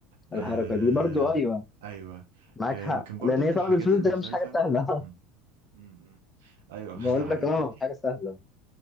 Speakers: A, on the right (about 75°); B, on the left (about 20°).
A: آه
B: الحركة دي برضو ايوه
A: ايوه
B: معاك
A: آه
B: حق
A: يمكن برضو
B: لان
A: من
B: هي
A: الحاجات
B: طلب الفلوس
A: المختلفه
B: ده مش حاجة سهلة
A: مم. مم. مم. ايوه
B: بقول
A: <laughs> ده حقيقي
B: لك اه حاجه سهله